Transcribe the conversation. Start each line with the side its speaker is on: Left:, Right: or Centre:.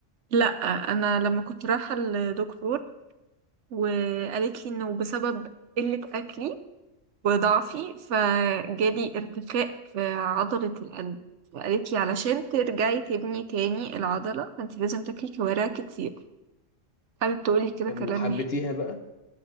Right: لا انا لما كنت رايحة لدكتور وقالت لي انه بسبب قلة اكلي وضعفي فجالي ارتخاء في عضلة القلب فقالت لي علشان ترجعي تبني تاني العضلة فانت لازم تاكلي كوارع كتير قعدت تقول لي كده
Left: طب
Right: كلام
Left: وحبيتيها
Right: يعني
Left: بقى